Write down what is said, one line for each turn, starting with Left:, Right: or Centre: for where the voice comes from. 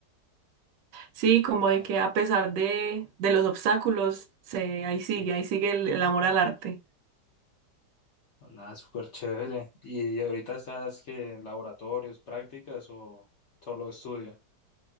Right: sí, como de
Left: Ah,
Right: que a pesar de, de los obstáculos, se, ahí sigue,
Left: sí.
Right: ahí sigue el el amor al arte.
Left: Nada, súper chévere. ¿Y ahorita estás que en laboratorios, prácticas o solo estudio?